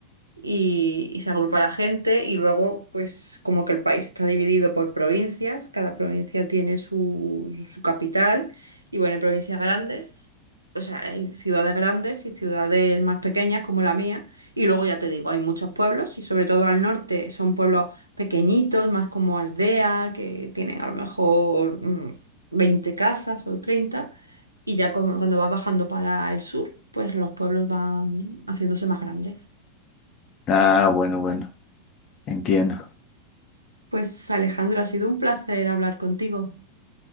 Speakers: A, on the right (about 80°); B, on the left (about 30°).
A: y, y se agrupa la gente y luego pues como que el país está dividido por provincias, cada provincia tiene su, su capital y bueno, hay provincias grandes, o sea, hay ciudades grandes y ciudades más pequeñas como la mía y luego ya te digo, hay muchos pueblos y sobre todo al norte son pueblos pequeñitos, más como aldea, que tienen a lo mejor mm, 20 casas o 30 y ya como cuando vas bajando para el sur, pues los pueblos van haciéndose más grandes.
B: Ah, bueno, bueno, entiendo.
A: Pues Alejandro, ha sido un placer hablar contigo.